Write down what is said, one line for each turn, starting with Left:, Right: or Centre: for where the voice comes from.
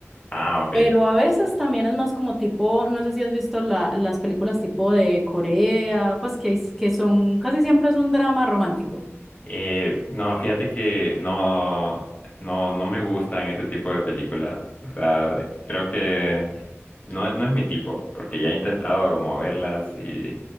Left: Ah, ok.
Centre: Pero a veces también es más como tipo, no sé si has visto la, las películas tipo de Corea, pues que, que son, casi siempre es un drama romántico.
Left: Eh, no, fíjate que no, no, no me gustan ese tipo de películas. O sea, creo que no, no es mi tipo, porque ya he intentado
Centre: Mm.
Left: como verlas y